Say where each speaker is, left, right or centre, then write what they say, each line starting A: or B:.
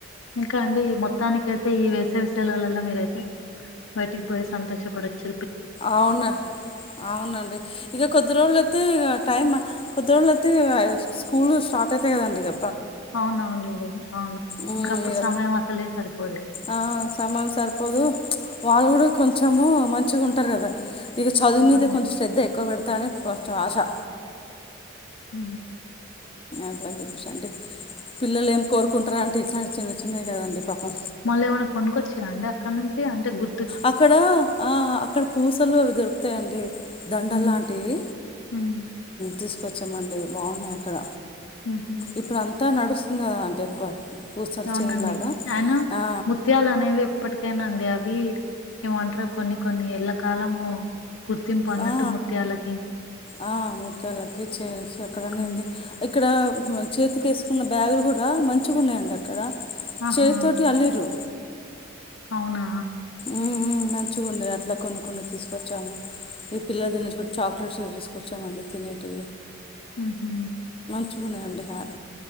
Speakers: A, on the left; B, on the left.
A: ఇంకా అండి మొత్తానికికైతే ఈ వేసవి సెలవుల ల మీరైతే బయటికి పొయి సంతోష పడొచ్చు
B: అవున అవునండి ఇక కొద్ది రోజుల అయితే ఇక టైమ్ కొద్ది రోజులు అయితే ఇగ ఇగ స్కూల్ స్టార్ట్ అయితయి కదండి ఇగ
A: అవునవునండి అవును
B: ఉమ్,
A: ఇంకప్పుడు
B: ఇక
A: సమయం అసలే సరిపోదు
B: ఆ సమయం సరిపోదు వాళ్ళు కూడా కొంచెము మంచిగా ఉంటారు కదా ఇక చదువు
A: అవును
B: మీద కొంచెం శ్రద్ధ ఎక్కువ పెడత తని కొంచం ఆశా
A: ఊ
B: అట్లాని చెప్పేసి అండి పిల్లలు ఏం కోరుకుంటార అండి ఇట్లాంటి చిన్న చిన్నవి కదండి పాపం
A: మళ్ళీ ఏమైనా కొనుక్కొచ్చిరా అండి అక్కడి నుంచి అంటే గుర్తు
B: అక్కడ ఆ అక్కడ పూసలు అవి దొరుకుతాయిండి దండల్
A: ఉమ్.
B: లాంటివి
A: ఉమ్.
B: తీసుకొచ్చామండి బాగున్నాయి అక్కడ
A: ఉహుం.
B: ఇప్పుడు అంతా నడుస్తుంది కదా అండి ఎక్కువ పూసలు
A: అవునండి
B: చైన్ లాగా
A: అయినా
B: ఆ
A: ముత్యాలు అనేవి ఎప్పటికైనాండి అవి అ ఏమంటరు కొన్ని కొన్ని ఎళ్ల కాలము గుర్తింపు అన్నట్టు
B: ఆ
A: ముత్యాలకి
B: ఆ మూత్తలకి చేయొచ్చు అక్కడనేంది
A: ఉమ్.
B: ఇక్కడ చేతికి వేసుకున్న బ్యాగులు కూడా మంచిగున్నాయండి అక్కడ
A: ఆహా
B: చేతోటి అల్లిరూ.
A: అవునా
B: ఉ ఉ మంచిగా ఉండే అట్లా కొన్ని కొన్ని తీసుకొచ్చాము. ఈ పిల్లలు తినేచు చాక్లెట్స్ తీసుకొచ్చామండి తినేకి.
A: ఉహు
B: మంచిగున్నాయండి హ్య